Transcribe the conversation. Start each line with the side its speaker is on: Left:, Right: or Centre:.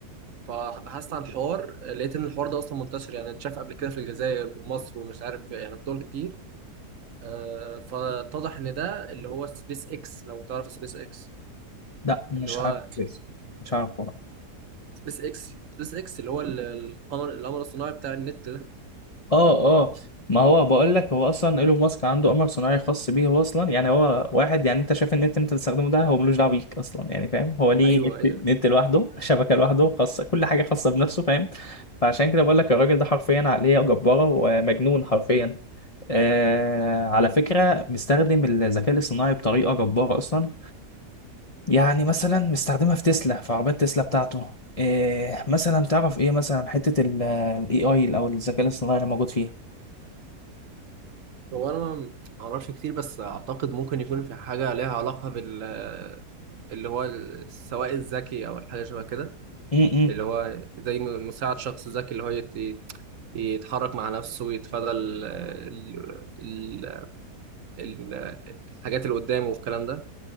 Right: فبحثت عن الحوار لقيت ان الحوار ده اصلا منتشر يعني اتشاف قبل كده في الجزائر ومصر ومش عارف يعني في دول كتير آه، فاتضح ان ده اللي هو سبيس اكس لو تعرف سبيس اكس
Left: لا مش
Right: اللي هو
Left: عارف بس. مش عارف
Right: سبيس اكس سبيس اكس اللي هو ال- القمر القمر الصناعي بتاع النت ده
Left: اه اه ما هو بقول لك هو اصلا ايلون ماسك عنده قمر صناعي خاص بيه هو اصلا يعني هو واحد يعني انت شايف النت اللي انت بتستخدمه ده هو ملوش دعوه بيك اصلا يعني فاهم هو ليه
Right: ايوه
Left: نت,
Right: ايوه
Left: نت لوحده شبكه لوحده خاصه كل حاجه خاصه بنفسه فاهم فعشان كده بقول لك الراجل ده حرفيا عقليه جباره ومجنون حرفيا آه على فكره مستخدم الذكاء الاصطناعي بطريقه جباره اصلا يعني مثلا مستخدمها في تسلا في عربيات تسلا بتاعته إيه مثلا تعرف ايه مثلا حته الاي اي او الذكاء الاصطناعي اللي موجود
Right: هو انا ما اعرفش كتير بس اعتقد ممكن يكون في حاجه ليها علاقه بال اللي هو السواق الذكي او الحاجه شبه كده
Left: فيها
Right: اللي هو زي مساعد شخص ذكي اللي هو يتحرك مع نفسه يتفادى ال ال ال ال الحاجات اللي قدامه والكلام ده